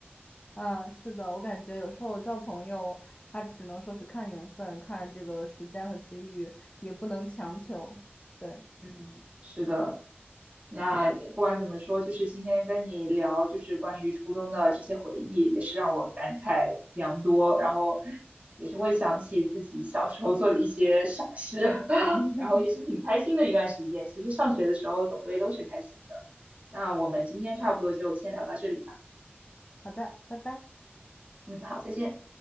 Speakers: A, on the left; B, on the right.
A: 嗯，是的，我感觉有时候交朋友，他只能说是看缘分，看这个时间和机遇，也不能强求，
B: 嗯。
A: 对。
B: 嗯，是的。那不管怎么说，就是今天跟你聊，就是关于初中的这些回忆，也是让我感慨良多，然后也是会想起自己小时候做的一些傻事，<laughs>
A: <laughs> 嗯，
B: 然后也是挺开心的一段时间。其实上学的时候总归都是开心的。那我们今天差不多就先聊到这里吧。
A: 好的，拜拜。
B: 嗯，好，再见。